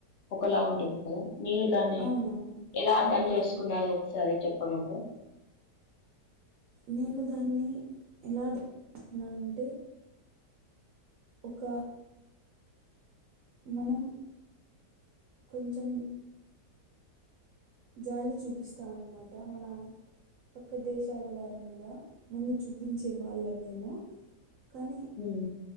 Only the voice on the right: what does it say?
అవునవును
అవునవును
నేను దాన్ని ఎలా <unintelligible> న్నానంటే ఒక మనం కొంచెం జాలి చూపిస్తాంన్నమాట మన పక్క దేశాల వారి మీద ముందు చూపించే వాళ్ళమేమో కానీ